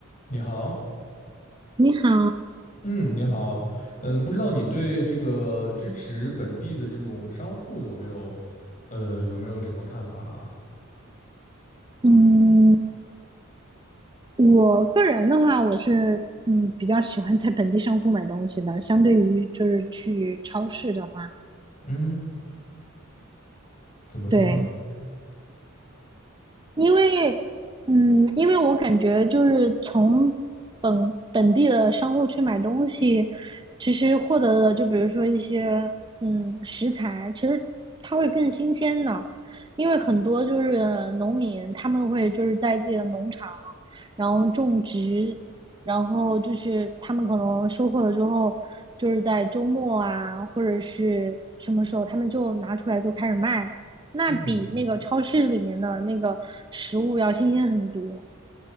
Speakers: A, on the left; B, on the right.
A: 你好，
B: 你好，
A: 嗯，你好，呃，不知道你对这个支持本地的这种商户有没有，呃，有没有什么看法啊？
B: 嗯，我个人的话，我是嗯比较喜欢在本地商户买东西的，相对于就是去超市的话，
A: 嗯，怎么说呢？
B: 对，因为，嗯，因为我感觉就是从本本地的商户去买东西，其实获得的就比如说一些嗯食材，其实它会更新鲜的，因为很多就是农民他们会就是在自己的农场，然后种植，然后就是他们可能收获了之后，就是在周末啊或者是什么时候他们就拿出来就开始卖，那比那个超市里面的那个食物要新鲜很多。
A: 嗯，